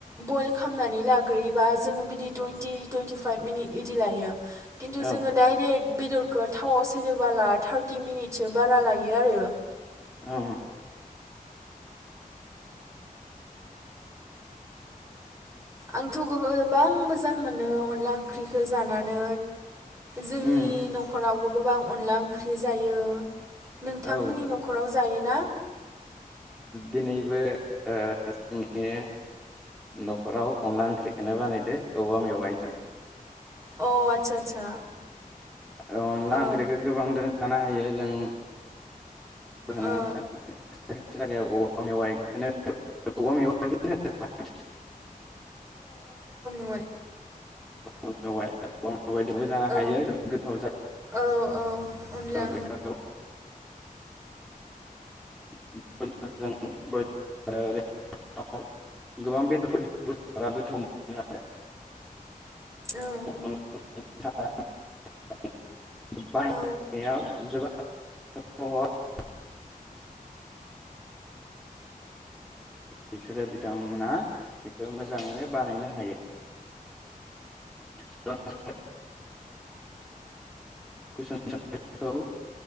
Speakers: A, on the right; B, in the centre.
A: बइल खालामनानै लाग्रोयोबा जोङो बिदि टुइेनन्टि टुइन्टिफाइभ मिनिट इदि लायो खिन्थु
B: औ
A: जोङो डाइरेक्ट बिदरखो थावआव सेरोबोला थार्टि मिनिटसो बारा लायो आरो
B: औ
A: आंथ गोबां मोजां मोनो अनला ओंख्रिखौ जाना नै जोंनि
B: उम
A: नखरावबो गोबां अनला ओंख्रि जायो नोंथांमोननि
B: औ
A: नखराव जायोना?
B: दिनैबो ओ जोंनि नखराव अनला ओंख्रिखौनो बानायदो औवा मेवाइजों
A: अ आदसा आदसा
B: ओ अनला
A: औ
B: ओंख्रिखौ गोबांदों जानो हायो जों होनो
A: औ
B: <inaudible> जायगायाव औवा मेवायखौनो औवा मेवाय <unintelligible>
A: मै
B: औवा मेवाय <unintelligible> सगायदोंबो जानो हायो
A: औ
B: जोबोद गोथाव
A: औ औ अनला
B: <inaudible> बेखौ <unintelligible> गोबां बेदरफोर गोथाव मोनो आरो
A: ओं
B: <unintelligible>
A: औ
B: बाहायनाया
A: औ
B: जोबा <unintelligible> बिसोरो बिथांमोना बेखौ मोजाङैनो बानायनो हायो <unintelligible> कुइसन सोंनायखौ